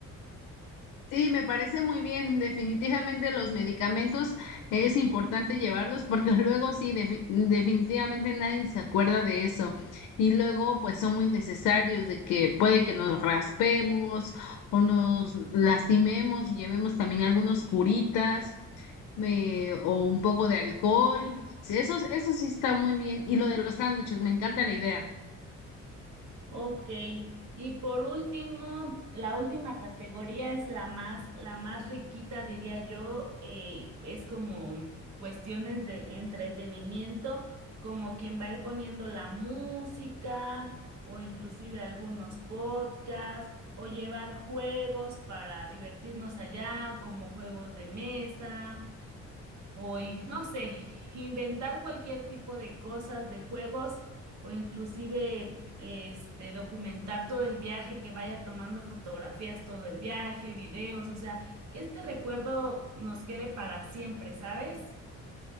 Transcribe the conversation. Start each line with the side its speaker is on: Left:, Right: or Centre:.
Left: Sí, me parece muy bien. Definitivamente los medicamentos es importante llevarlos porque <laughs> luego sí, defi- definitivamente nadie se acuerda de eso. Y luego pues son muy necesarios de que puede que nos raspemos o nos lastimemos y llevemos también algunos curitas me- o un poco de alcohol. Sí, eso, eso sí está muy bien. Y lo de los sándwiches, me encanta la idea.
Right: Ok, y por último, la última categoría es la más, la más riquita, diría yo, eh, es como cuestiones de entretenimiento, como quien va a ir poniendo la música o inclusive algunos podcasts o llevar juegos para divertirnos allá, como juegos de mesa Hoy, no sé, inventar cualquier tipo de cosas, de juegos o inclusive este documentar todo el viaje, que vaya tomando fotografías todo el viaje, videos, o sea, que este recuerdo nos quede para siempre, ¿sabes?